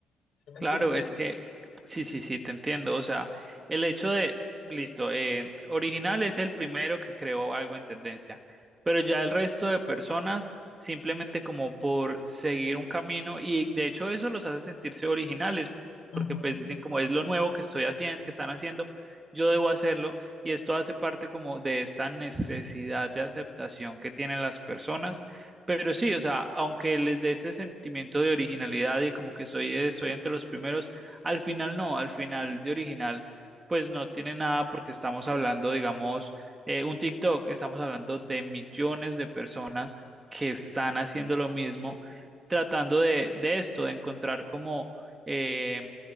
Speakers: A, on the left (about 60°); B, on the right (about 25°).
A: ¿Sí me
B: Claro,
A: entiendes?
B: es que sí, sí, sí, te entiendo. O sea, el hecho de, listo, eh, original es el primero que creó algo en tendencia, pero ya el resto de personas simplemente como por seguir un camino y de hecho eso los hace sentirse originales,
A: Ujú.
B: porque pues dicen como es lo nuevo que estoy haciendo, que están haciendo, yo debo hacerlo y esto hace parte como de esta necesidad de aceptación que tienen las personas pero sí, o sea, aunque les dé ese sentimiento de originalidad y como que soy, estoy entre los primeros, al final no, al final de original, pues no tiene nada porque estamos hablando, digamos, eh, un TikTok, estamos hablando de millones de personas que están haciendo lo mismo, tratando de, de esto, de encontrar como, eh,